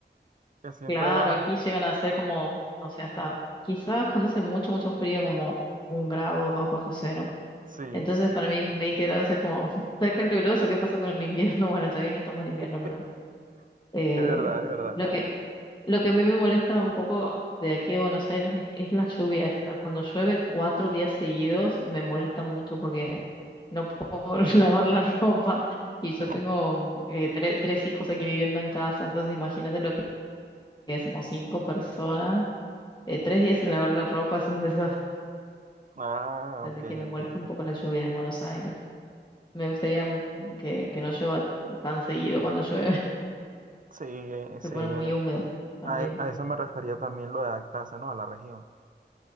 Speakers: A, on the right (about 45°); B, on the left (about 25°).
A: que siempre
B: Claro,
A: violan.
B: aquí llegan a ser como, no sé, hasta quizás cuando hace mucho, mucho frío, como un grado, dos bajo cero.
A: Sí, <laughs>
B: Entonces, para mí, 20 grados es como, <laughs> está caluroso, ¿qué pasó con el invierno? <laughs> Bueno, todavía no estamos en invierno,
A: es
B: pero eh,
A: verdad, es verdad.
B: lo que, lo que a mí me molesta un poco de aquí de Buenos Aires es, es la lluvia esta. Cuando llueve cuatro días seguidos, me molesta mucho porque no puedo <laughs> lavar la ropa. Y yo
A: <laughs>
B: tengo mm, eh, tre- tres hijos aquí viviendo en casa, entonces imagínate lo que que somos cinco personas eh, tres días sin lavar la ropa es un <laughs> desastre,
A: Ah,
B: así
A: ok,
B: que me
A: entiendo.
B: molesta un poco la lluvia en Buenos Aires. Me gustaría m- que, que no llueva tan seguido cuando llueve, <laughs>
A: Sí, eh, sí,
B: se pone
A: eh,
B: muy húmedo también.
A: A, e- a eso me refería también lo de adaptarse, ¿no? A la región.